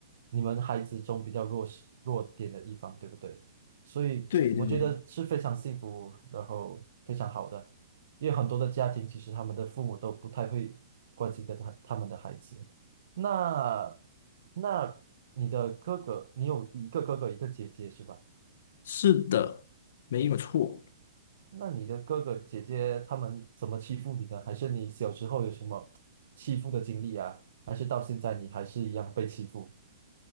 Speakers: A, on the right; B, on the left.
A: 你们孩子中比较弱势弱点的一方，对不对？所以我觉得是非常幸福，
B: 对对对，
A: 然后非常好的，因为很多的家庭其实他们的父母都不太会关心跟他他们的孩子。那那你的哥哥，你有一个哥哥一个姐姐是吧？
B: 是的，没有错。
A: 那你的哥哥姐姐他们怎么欺负你的？还是你小时候有什么欺负的经历啊？还是到现在你还是一样被欺负？